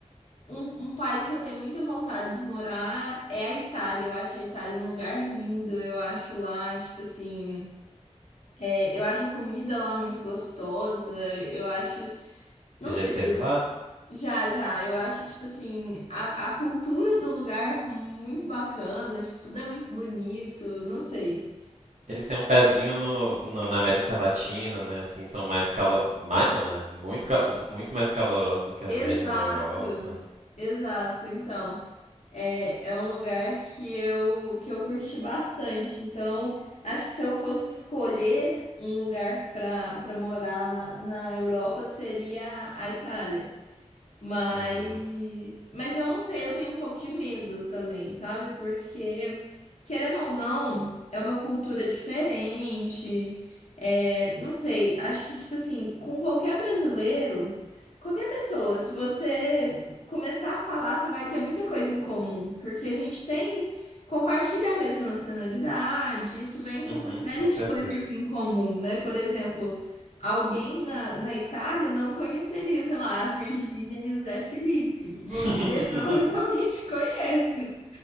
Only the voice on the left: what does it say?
um, um país que eu tenho muita vontade de morar é a Itália. Eu acho a Itália um lugar lindo, eu acho lá, tipo assim. É, eu acho a comida lá muito gostosa. Eu acho. Não
sei,
já, já. Eu acho, tipo assim, a, a cultura do lugar muito bacana. Tipo, tudo é muito bonito. Não sei.
Exato,
exato. Então, é, é um lugar que eu, que eu curti bastante. Então, acho que se eu fosse escolher um lugar para para morar na, na Europa, seria a Itália. Mas,
mas eu não sei, eu tenho um pouco de medo também, sabe? Porque, querendo ou não, é uma cultura diferente. É, não sei, acho que, tipo assim, com qualquer brasileiro, qualquer pessoa, se você começar a falar, você vai ter muita coisa em comum. Porque a gente tem, compartilha a mesma nacionalidade, isso vem com
uma série
de coisas em comum, né? Por exemplo. Alguém na, na Itália não conheceria, sei lá, a Virgínia e o Zé Felipe. Você
provavelmente <laughs> conhece.